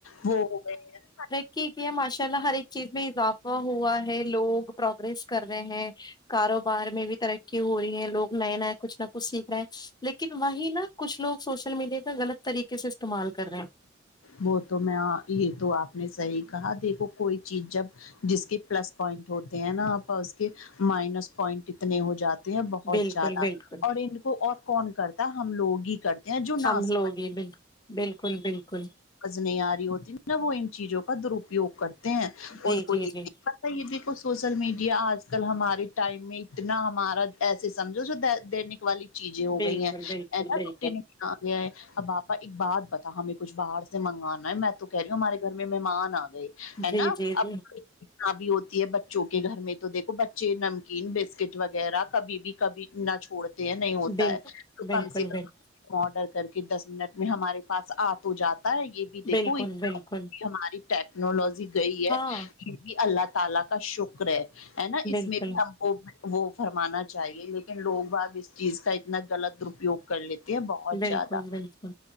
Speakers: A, on the left (about 80°); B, on the left (about 20°).
A: وہ ہو گئے ہیں
B: ٹھیک ہے ماشاء اللہ ہر ایک چیز میں اضافہ ہوا ہے لوگ پروگریس کر رہے ہیں کاروبار میں بھی ترقی ہو رہی ہے لوگ نئے نئے کچھ نہ کچھ سیکھ رہے ہیں لیکن وہی نہا کچھ لوگ سوشل میڈیا کا غلط طریقے سے استعمال کر رہے ہیں
A: وہ تو میں یہ تو آپ نے صحیح کہا دیکھو کوئی چیز جب جس کے پلس پوائنٹ ہوتے ہیں نا آ اس کے مائنس پوائنٹ اتنے ہو جاتے ہیں بہت
B: بالکل
A: زیادہ
B: بالکل
A: اور ان کو اور کون کرتا ہم لوگ ہی کرتے یہ جو نس
B: ہم لوگ
A: <inaudible>
B: ہی بال بالکل بالکل
A: نہیں آ رہی ہوتی نہ وہ ان چیزوں کا درپیوگ کرتے ہیں
B: جی
A: ان کو
B: جی
A: یہ
B: جی
A: یہ دیکھو سوشل میڈیا آج کل ہمارے ٹائم میں اتنا ہمارا ایسے سمجھو جو دینک والی چیزیں ہو
B: بالکل
A: گئی ہیں
B: بالکل
A: ہے نا
B: بالکل
A: روٹی ن آ گیا ہے اب آپا ایک بات بتاو ہمیں کچھ باہر سے منگانا ہے میں تو کہہ رہی ہوں ہمارے گھر میں مہمان آ گئے ہے
B: جی
A: نا
B: جی
A: اب
B: جی
A: ابی ہوتی ہے بچوں کے گھر میں تو دیکھو بچے نمکین بسکٹ وغیرہ کبھی بھی کبھی نہ چھوڑتے ہیں نہیں ہوتا
B: بالکل
A: ہے تو
B: بالکل
A: کم سے کم
B: بالکل
A: آرڈر کر کے دس منٹ میں ہمارے پاس آ تو جاتا ہے یہ بھی دیکھو
B: بالکل بالکل
A: ہماری ٹیکنالوجی گئی ہے
B: ہاں
A: کیوں کے اللہ تعالی کا شکر ہے ہے نا
B: بالکل
A: اس میں بھی ہم وہ وہ فرمانا چاہیے لیکن لوگ باز اس چیز کا اتنا غلط درپوگ کر لیتے ہیں بہت
B: بالکل
A: زیادہ
B: بالکل